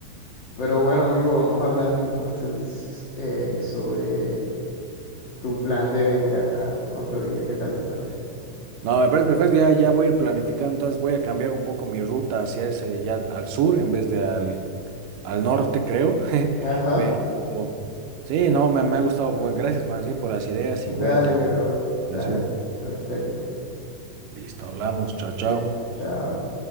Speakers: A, on the left; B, on the right.
A: Pero bueno, amigo, vamos hablando entonces eh, sobre tu plan de venir acá eh, otro día, ¿qué tal te parece?
B: No, me parece perfecto, ya, ya voy a ir planificando, entonces voy a cambiar un poco mi ruta hacia ese, ya al sur en vez de al, al norte, creo. <laughs>
A: Ajá,
B: Pero sí, no, me, me ha gustado. Bueno, gracias más bien por las ideas y voy
A: dale,
B: a tomar
A: mi
B: la
A: bro, dale,
B: consideración.
A: perfecto.
B: Listo, hablamos, chao, chao.
A: Bien, chao.